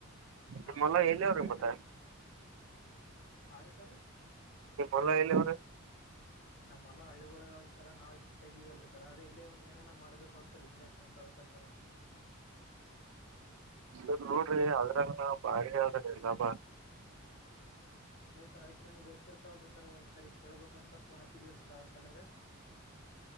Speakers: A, on the left (about 50°); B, on the right (about 65°).
A: ನಾವು
B: ನಿಮ್ ಹೊಲ
A: ಈ
B: ಎಲ್ಲಿ
A: ಕಡೆ
B: ಅವ್ರಿ
A: ಬಾರ
B: ಮತ್ತ
A: ಕ ಆರ ಸರ್
B: ನಿ ಭಲ ಇಲ್ಲ ಗರೆ
A: ನಮ್ಮ್ಲ್ಲ ಹಳ್ಳಿೊಳಗಾವ್ರಿ ಸರ ನಾವ ಇಲ್ಲಿ ಸಿಟೀ ಅಲ್ರರಿ ಸರ್ ಅದ ಇಲ್ಲಿ ಒಂದ ಏನ ಮಾಡಬೇಕು ಅಂತ ಬಿಸ್ನೆಸ್ ಅಂತ ಅದಕ ಸರ
B: ಸರ್ ನೋಡ್ರಿ ಅದ್ರಂಗ ಭಾರಿ ಆದ್ರ ಎ ಲಾಭ
A: ಅಯ್ಯ ಸರ್ ಅದಕ್ಮ್ಗೆ ಗೊತ್ತರ್ತವಲ್ಲರಿ ಸರ್ ಒಂದ್ ಸರಿ ಕೇಳಬೇಕಂತ ಫೋನ್ ಹಚ್ಚಿದೀವಿ ಸರ್ ಅದ ಸಲೇ